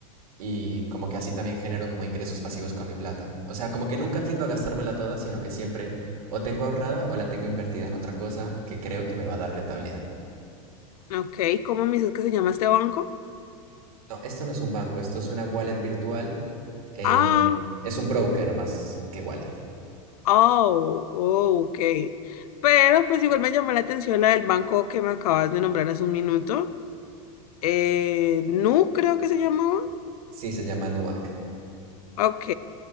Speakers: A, on the right (about 70°); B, on the left (about 75°).
A: y como que así también genero como ingresos pasivos con mi plata. O sea, como que nunca tiendo a gastármela toda, sino que siempre o tengo ahorrada o la tengo invertida en otra cosa que creo que me va a dar rentabilidad.
B: Ok, ¿cómo me dices que se llama este banco?
A: No, esto no es un banco, esto es una wallet virtual, eh,
B: Ah.
A: es un broker más que wallet.
B: Oh, oh, ok. Pero pues igual me llamó la atención la del banco que me acabas de nombrar hace un minuto. Eh, Nu, creo que se llamaba.
A: Sí, se llama Nubank.
B: Ok.